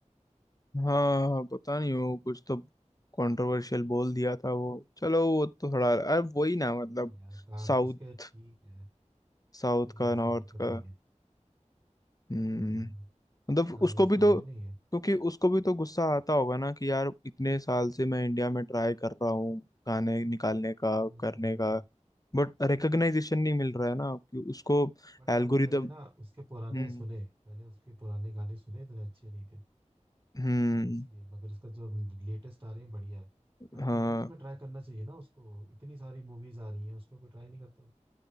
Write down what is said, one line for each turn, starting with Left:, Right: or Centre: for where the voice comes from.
Left: हाँ पता नहीं वो कुछ तो कंट्रोवर्शियल बोल दिया था वो चलो वो तो थोड़ा अरे वही ना मतलब
Right: नहीं नहीं यार गाने
Left: साउथ
Right: उसके ठीक है
Left: साउथ
Right: कोई
Left: का
Right: ऐसा
Left: नॉर्थ
Right: दिक्कत
Left: का
Right: नहीं है
Left: हम्म
Right: हम्म सही
Left: मतलब
Right: है गाने
Left: उसको
Right: उसके
Left: भी तो
Right: बुरे नहीं है
Left: क्योंकि उसको भी तो गुस्सा आता होगा ना कि यार इतने साल से मैं इंडिया में ट्राई कर रहा हूँ गाने निकालने का
Right: हम्म
Left: करने का बट रिकग्नाइजेशन नहीं मिल रहा है ना कि उसको
Right: बट
Left: एल्गोरिदम
Right: यार मैंने ना उसके पुराने
Left: हम्म
Right: सुने मैंने उसके पुराने गाने सुने इतने अच्छे नहीं थे
Left: हम्म
Right: तो इसलिए मगर उसका जो लेटेस्ट आ रहे हैं बढ़िया है भाई
Left: हाँ
Right: मूवीज में ट्राई करना चाहिए ना उसको इतनी सारी मूवीज आ रही है उसमें कोई ट्राई नहीं करता